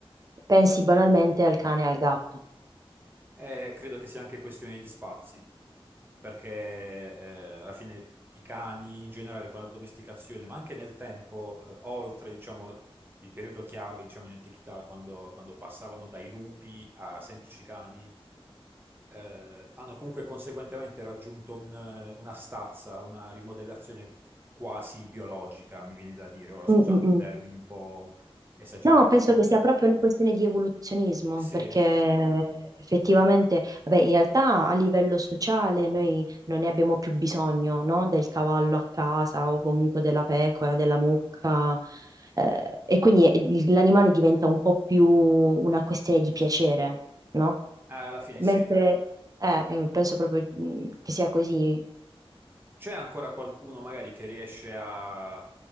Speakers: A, on the right (about 35°); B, on the right (about 20°).
A: pensi banalmente al cane e al gatto.
B: Eh, credo che sia anche questione di spazi, perché eh, alla fine i cani in generale con la domesticazione, ma anche nel tempo, eh, oltre, diciamo, il periodo chiave, diciamo, in antichità, quando, quando passavano dai lupi a semplici cani, eh, hanno comunque conseguentemente raggiunto un- una stazza, una rimodellazione quasi biologica, mi viene da dire. Ora sto
A: Mm,
B: usando
A: mm, mm.
B: termini un po' esagerati,
A: No, penso
B: forse.
A: che sia proprio una questione di evoluzionismo,
B: Sì,
A: perché effettivamente, vabbè, in realtà
B: <clears throat>
A: a livello sociale noi non ne abbiamo più bisogno, no? Del cavallo a casa o comunque della pecora, della mucca, eh, e quindi è- il- l'animale diventa un po' più una questione di piacere, no?
B: alla fine
A: Mentre,
B: sì.
A: eh, eh, penso proprio mm, che sia così.
B: C'è ancora qualcuno magari che riesce a